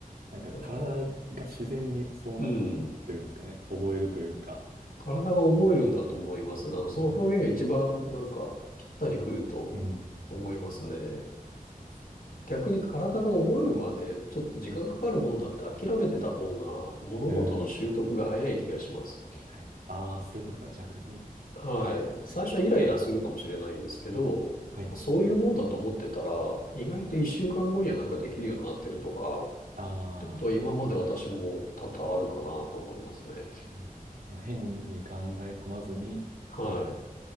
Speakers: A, on the right (about 80°); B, on the left (about 75°).
A: なんか体が自然にそうなってるんですかね。
B: だから、うん。
A: 覚えるというか。
B: 体が覚えるんだと思います。あの、その表現が一番なんかぴったりくると
A: うん。うん。
B: 思いますね。
A: そうですね。
B: 逆に体が覚えるまでちょっと時間かかるもんだって諦めてた方が物事の習得が早い気がします。
A: うん。はい。ああ、そういうことか。逆にっ
B: はい。
A: てことですね。
B: 最初はイライラするかもしれないんですけど、
A: はいはい。
B: そういうもんだと思ってたら、意外と一週間後にはなんかできるようになってるとか、
A: ああ、
B: ってことは今まで私も多々あるかなと思いますね。
A: なるほどまあ、変に考え込まずに、
B: はい。
A: も